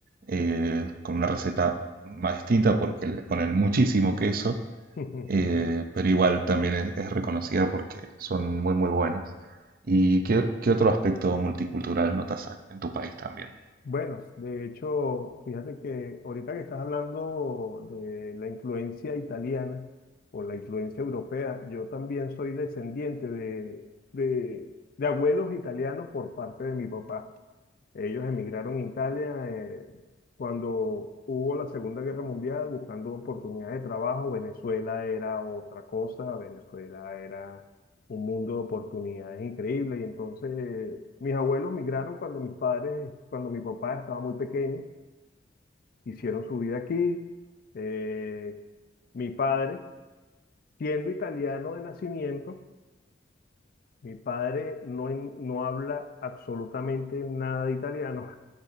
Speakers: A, on the right; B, on the left.
A: eh, con una receta más distinta porque le ponen muchísimo queso,
B: <laughs>
A: eh, pero igual también es, es reconocida porque son muy, muy buenas. ¿Y qué, qué otro aspecto multicultural notas en tu país también?
B: Bueno, de hecho, fíjate que ahorita que estás hablando de la influencia italiana o la influencia europea, yo también soy descendiente de, de, de abuelos italianos por parte de mi papá. Ellos emigraron a Italia eh, cuando hubo la Segunda Guerra Mundial buscando oportunidades de trabajo. Venezuela era otra cosa, Venezuela era un mundo de oportunidades increíbles. Y entonces mis abuelos migraron cuando mis padres, cuando mi papá estaba muy pequeño, hicieron su vida aquí. Eh, mi padre, siendo italiano de nacimiento, mi padre no, en- no habla absolutamente nada de italiano,